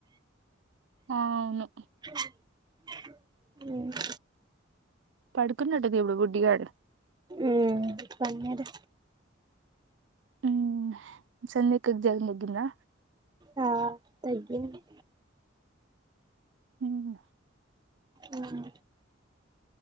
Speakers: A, on the right (about 65°); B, on the right (about 20°).
A: అవును
B: <inaudible> ఉమ్
A: పడుకున్నట్టు ఇప్పుడు బుడ్డీగాడు
B: ఉమ్ పన్నడు
A: ఉమ్ సంధ్యక్కకు జరం తగ్గిందా
B: ఆ తగ్గింది
A: ఉమ్
B: ఉమ్